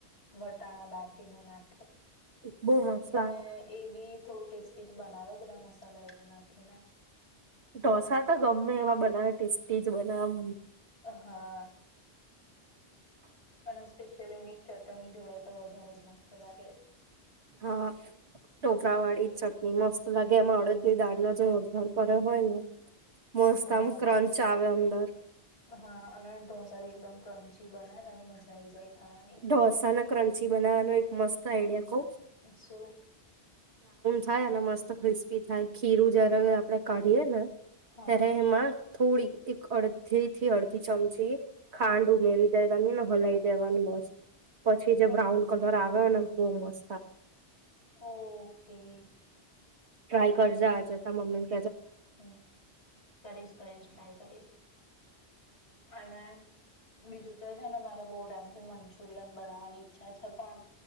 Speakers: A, on the left (about 90°); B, on the right (about 80°).
A: વટ ટણ બફીને ના
B: બહુ મસ્ત
A: અને
B: લાગે
A: એ બી થોડું ટેસ્ટી જ બનાવે બધા મસાલા એ નાખી ને.
B: ઢોસા તો ગમે એવા બનાવે, ટેસ્ટી જ બનાવમ
A: અ, હા, અ ચલેની ચટણી જોડે તો વધારે જ મસ્ત લાગે
B: હા, ટોપરાવાડી જ એ મસ્ત લાગે એમાં અડદની દાળનો જે વઘાર કર્યો હોય ને મસ્ત
A: હા
B: આમ ક્રંચ આવેમ <unintelligible>
A: હા, અને ઢોસા ભી એકદમ ક્રન્ચી બના મજા આઈ જાય ખાવાની
B: ઢોસા ને ક્રંચી બનાવાનો એક મસ્ત આઈડિયા કવ
A: શો.
B: થાય અને મસ્ત ક્રિસ્પી થાય ખીરું જયારે આપડણે કાઢીએ ને.
A: હા
B: તરેમાં. થોડી એક અડધી થી અડધી ચમચી ખાંડ ઉમેરી દેવાની અનેને હલાઈ દેવાની મસ્. પછી જે
A: અહા
B: બ્રાઉન કલર આવે ને. ઓ મસ્.
A: ઓ. તે.
B: ટ્રાય કરજ આજતા મમી
A: હમ કરીશ કરીશ ટ્રાય કરીશ અને બીજું તો છે ને બુથી મંચુરિયન બનાવવાની ઈચ્છા છે પણ